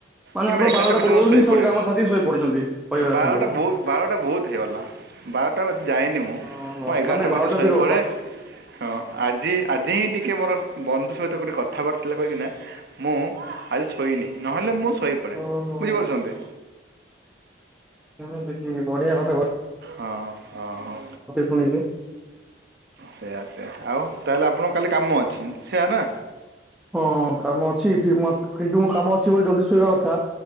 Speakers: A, in the centre; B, on the right (about 60°).
A: ମାନେ
B: କିମ୍ବା
A: ଆପଣ
B: ଏଗାରଟା
A: ବାରଟା
B: ଭିତରେ
A: ପୂର୍ବରୁ
B: ମୁଁ ଶୋଇ
A: ହିଁ ସବୁ
B: ପଡେ
A: କାମ ସାରିକି ଶୋଇ ପଡୁଛନ୍ତି କହିବାକୁ
B: ବାରଟା
A: ଗଲେ
B: ବହୁତ ବାରଟା ବହୁତ ହେଇଗଲା। ବାରଟା ଯାଏନି ମୁଁ
A: ଓହୋ
B: ମୁଁ ଏଗାରଟା
A: ମାନେ
B: ଭିତରେ
A: ବାରଟା
B: ଶୋଇପଡ଼େ।
A: ବି ରୋପା
B: ହଁ ଆଜି ଆଜି ହିଁ ଟିକେ ମୋର ବନ୍ଧୁ ସହିତ ଗୋଟେ କଥାବାର୍ ଥିଲା କହେକି ନା ମୁଁ ଆଜି ଶୋଇନି ନହେଲେ ମୁଁ ଶୋଇପଡ଼େ
A: ଓହୋ
B: ବୁଝିପାରୁଛନ୍ତି।
A: <unintelligible> ବଢ଼ିଆ କଥା କ
B: ହଁ ହଁ ହଁ
A: ଶୁଣିକି
B: ସେଇଆ ସେଆ ଆଉ ତାହେଲେ ଆପଣଙ୍କ କାଲି କାମ ଅଛି ସେଆ ନା?
A: ହଁ କାମ ଅଛି କିନ୍ତୁ ମୁଁ କାମ ଅଛି ବୋଲି ଜଲଦି ଶୋଇବା କଥା।